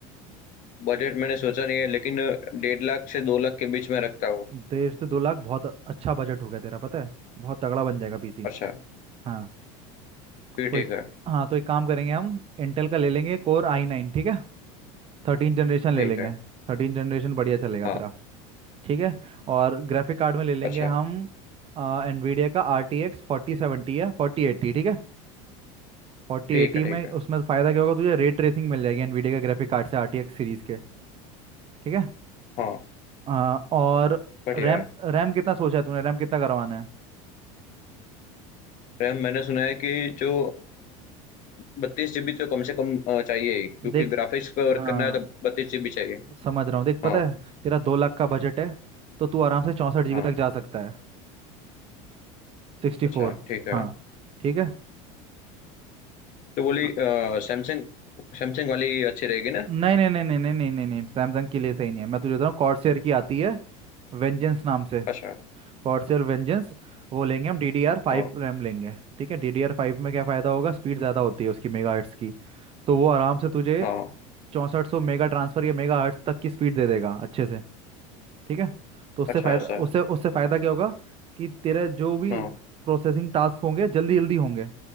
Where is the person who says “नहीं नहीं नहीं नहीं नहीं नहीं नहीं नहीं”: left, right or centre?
Right